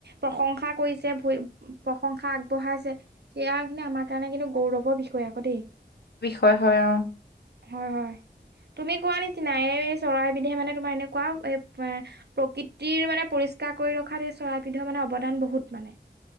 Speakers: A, on the right; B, on the left.
A: প্ৰশংসা কৰিছে ভই প্ৰশংসা আগবঢ়াই- খাইছে সেয়া কিন্তু আমাৰ কাৰণে কিন্তু গৌৰৱৰ বিষয় আকৌ দেই।
B: বিষয় হয় অহ।
A: হয় হয় তুমি কোৱা নিচিনা এই চৰাইবিধে মানে তোমাৰ এনেকুৱা এপ- এ প্ৰকৃতিৰ মানে পৰিষ্কাৰ কৰি ৰখাত এই চৰাইবিধৰ মানে অৱদান বহুত মানে।